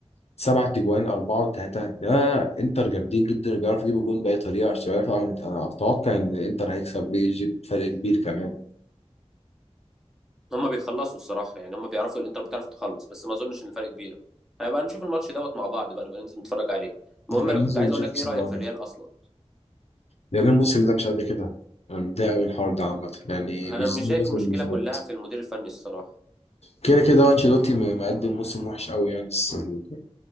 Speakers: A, on the left; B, in the centre.
A: سبعة تجوان أربعة وتلاتة آه انتر جامدين جدا بيعرفوا يجيبوا جون بأي طريقة مش عارف أنا أنا أتوقع إن انتر هيكسب بي إس جي بفرق كبير كمان
B: هما بيخلصوا الصراحة يعني هما بيعرفوا الإنتر بتعرف تخلص بس ما أظنش إن الفرق كبير هنبقى نشوف الماتش دوت مع بعض بقى نبقى ننزل نتفرج عليه المهم
A: انا بقالي
B: أنا كنت
A: كتير
B: عايز
A: ما شايف
B: أقول لك
A: موسم
B: إيه رأيك
A: ده
B: في الريال أصلا
A: لأن الموسم ده مش قد كده أنا متضايق أوي من الحوار ده عامة يعني
B: انا
A: مش
B: مش
A: زي
B: شايف المشكله
A: الموسم اللي
B: كلها
A: فات
B: في المدير الفني الصراحه
A: كده كده أنشيلوتي م- مقدم موسم وحش أوي يعني بس ال-